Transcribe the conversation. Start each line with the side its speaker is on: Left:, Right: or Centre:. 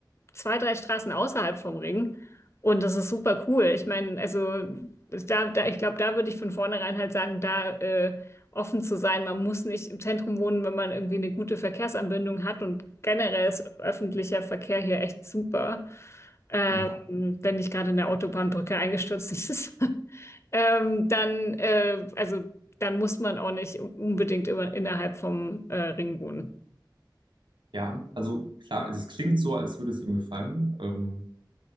Left: zwei, drei Straßen außerhalb vom Ring. Und das ist super cool. Ich meine, also da, da, ich glaube, da würde ich von vornherein halt sagen, da äh, offen zu sein. Man muss nicht im Zentrum wohnen, wenn man irgendwie eine gute Verkehrsanbindung hat. Und generell ist öffentlicher Verkehr hier echt super. Ähm,
Right: Mhm.
Left: wenn nicht gerade in der Autobahnbrücke eingestürzt ist, <laughs> ähm, dann, äh, also, dann muss man auch nicht unbedingt immer innerhalb vom äh, Ring wohnen.
Right: Ja, also klar, es klingt so, als würde es ihm gefallen. Ähm,